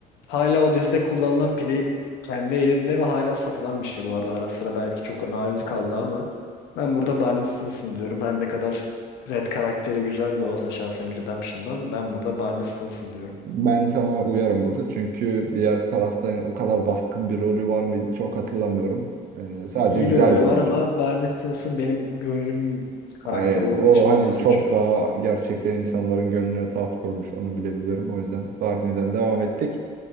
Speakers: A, on the left; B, on the right.
A: Hala o dizide kullanılan playbook kendi elinde ve hala satılan bir şey bu arada. Ara sıra belki çok nadir kaldı ama ben burada Barney Stinson diyorum. Her ne kadar Red karakteri güzel de olsa Shawshank Redemption'dan ben burada Barney Stinson diyorum.
B: Ben sana uyarım burada çünkü diğer tarafta yani o kadar baskın bir rolü var mı çok hatırlamıyorum. Ee, sadece
A: İyi
B: güzel
A: bir rolü
B: bir oyuncu.
A: var ama Barney Stinson benim gönlüm karakteri
B: Aynen.
A: olduğu
B: O
A: için
B: hani
A: ben onu seçiyorum.
B: çok daha gerçekten insanların gönlüne taht kurmuş. Onu bilebiliyorum. O yüzden Barney'den devam ettik.